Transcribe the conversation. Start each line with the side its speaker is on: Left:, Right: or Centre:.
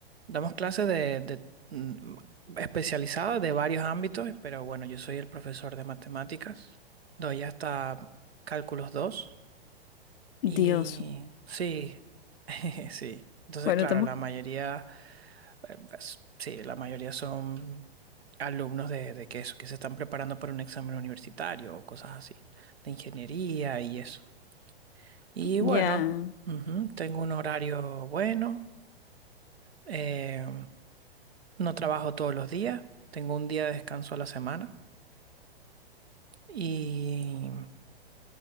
Right: Damos clases de, de, mm, especializadas de varios ámbitos, pero bueno, yo soy el profesor de matemáticas. Doy hasta cálculos dos
Left: Dios.
Right: Y sí, <laughs> sí. Entonces,
Left: Bueno,
Right: claro,
Left: estamos
Right: la mayoría, eh, es- sí, la mayoría son alumnos de, de que eso, que se están preparando para un examen universitario o cosas así, de ingeniería y eso. Y
Left: ya,
Right: bueno, ujú, tengo un horario bueno, eh, no trabajo todos los días, tengo un día de descanso a la semana. Y